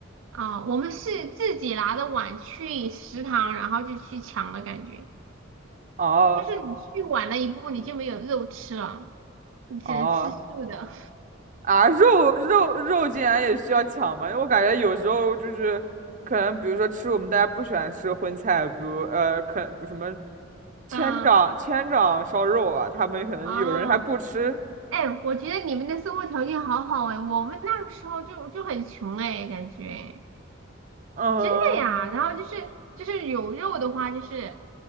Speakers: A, on the right; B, on the right.
A: 啊，我们是自己拿着碗去食堂，然后就去抢的感觉，
B: 哦，
A: 就是你去晚了一步，你就没有肉吃了，你只能吃素的。
B: 哦啊，肉肉肉竟然也需要抢吗？因为我感觉有时候就是可能，比如说吃我们大家不喜欢吃的荤菜，比如呃，可比如什么千掌千掌烧肉啊，
A: <laughs> 啊
B: 他们可能有人还不吃，
A: 啊，哎，我觉得你们的生活条件好好哎，我们那个时候就就很穷哎，感觉
B: 嗯，
A: 真的呀。然后就是就是有肉的话，就是